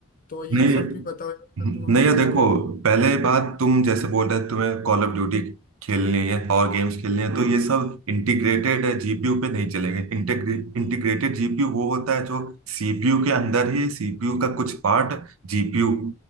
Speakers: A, on the left; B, on the right.
A: तो ये
B: नहीं
A: सब भी बताओ अगर
B: नहीं
A: तुम्हें पता
B: ये देखो
A: है तो
B: पहले बात तुम जैसे बोल रहे तुम्हें कॉल ऑफ ड्यूटी खेलनी है और गेम्स खेलनी है तो ये सब इंटीग्रेटेड है जीपीयू पे नहीं चलेंगे इंटीग्रेटेड जीपीयू वो होता है जो सीपीयू के अंदर ही सीपीयू का कुछ पार्ट जीपीयू